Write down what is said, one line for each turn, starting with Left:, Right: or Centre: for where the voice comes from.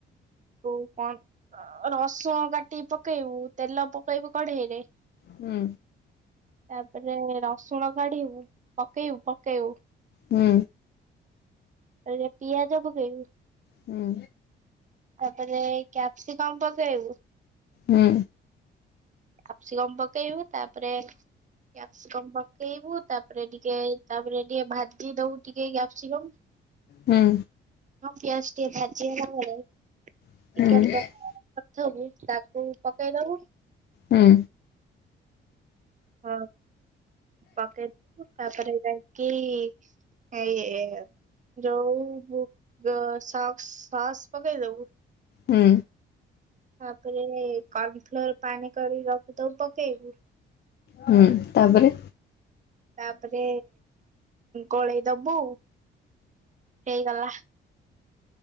Right: ଆ କଣ ରସୁଣ କାଟି ପକେଇବୁ ତେଲ ପକେଇବୁ କଢେଇରେ
Left: ହୁଁ।
Right: ତାପରେ ରସୁଣ କାଢିବୁ ପକେଇବୁ ପକେଇବୁ
Left: ହୁଁ।
Right: ଏବେ ପିଆଜ ପକେଇବୁ
Left: ହୁଁ।
Right: ତାପରେ କ୍ୟାପ୍ସିକମ ପକେଇବୁ।
Left: ହୁଁ।
Right: କ୍ୟାପସିକମ ପକେଇବୁ ତାପରେ କ୍ୟାପସିକମ ପକେଇବୁ ତାପରେ ଟିକେ ତାପରେ ଟିକେ ଭାଜି ଦବୁ ଟିକେ କ୍ୟାପସିକମ
Left: ହୁଁ।
Right: ହଁ ପିଆଜ ଟିକେ ଭାଜି ହେଲେ <unintelligible>
Left: ତାପରେ
Right: ଚିକେ <unintelligible> ଥବ ତାକୁୁ ପକାଇ ଦବୁ
Left: ହୁଁ।
Right: ହଁ ପକେଇଦବୁ ତାପରେ ଯାଇକି କି ଏଇ ଯଉ ସକ୍ସ୍ ସସ ପକେଇଦବୁ
Left: ହୁଁ।
Right: ତାପରେ କନ ଫ୍ଲୋର ପାଣି କରି ରଖିଥିବୁ ପକେଇବୁ।
Left: ହଁ ତାପରେ।
Right: ତାପରେ ଗୋଳେଇ ଦବୁ ହେଇଗଲା।